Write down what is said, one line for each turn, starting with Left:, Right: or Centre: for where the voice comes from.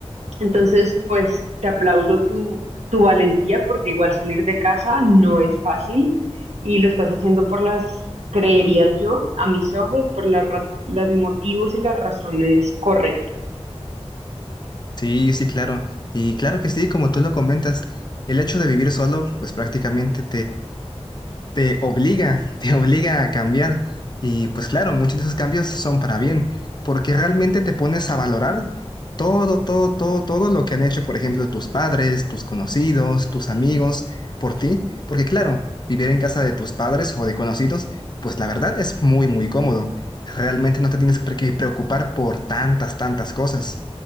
Right: entonces, pues te aplaudo tu, tu valentía porque igual salir de casa no es fácil y lo estás haciendo por las, creería yo, a mis ojos, por las ra- los motivos y las razones correctas.
Left: Sí, sí, claro. Y claro que sí, como tú lo comentas, el hecho de vivir solo, pues prácticamente te obliga, <laughs> te obliga a cambiar. Y pues claro, muchos de esos cambios son para bien, porque realmente te pones a valorar todo, todo, todo, todo lo que han hecho, por ejemplo, tus padres, tus conocidos, tus amigos, por ti, porque claro, vivir en casa de tus padres o de conocidos, pues la verdad es muy, muy cómodo. Realmente no te tienes por qué preocupar por tantas, tantas cosas.